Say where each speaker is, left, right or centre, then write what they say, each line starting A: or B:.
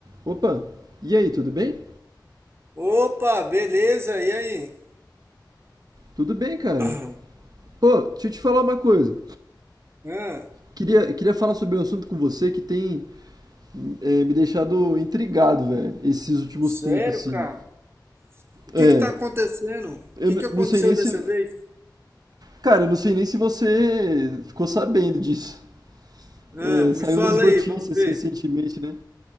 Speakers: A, on the right; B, on the right.
A: Opa, e aí, tudo bem?
B: Opa, beleza? E aí?
A: Tudo bem, cara.
B: <clears throat>
A: Pô, deixa eu te falar uma coisa.
B: Hã?
A: Queria, queria falar sobre um assunto com você que tem é, me deixado intrigado, velho, esses últimos
B: sério,
A: tempos, assim.
B: cara? O
A: É,
B: que que tá acontecendo? O
A: eu
B: que
A: n-
B: que aconteceu
A: não sei nem
B: dessa
A: se.
B: vez?
A: Cara, eu não sei nem se você ficou sabendo disso.
B: Hã?
A: É,
B: me
A: saiu
B: fala
A: nas notícias
B: aí, vamos ver.
A: recentemente, né?